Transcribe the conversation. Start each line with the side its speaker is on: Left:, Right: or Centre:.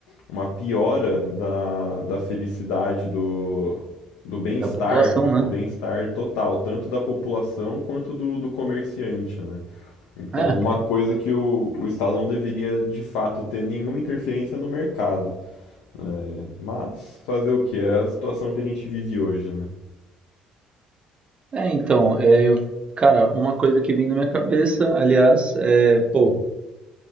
Left: uma piora da, da felicidade, do, do bem-estar,
Right: Da população, né?
Left: do bem-estar total, tanto da população quanto do, do comerciante, né? Então,
Right: É.
Left: uma coisa que o, o Estado não deveria, de fato, ter nenhuma interferência no mercado. né? Mas fazer o que? É a situação que a gente vive hoje, né?
Right: É, então, é, eu, cara, uma coisa que vem na minha cabeça, aliás, é, pô,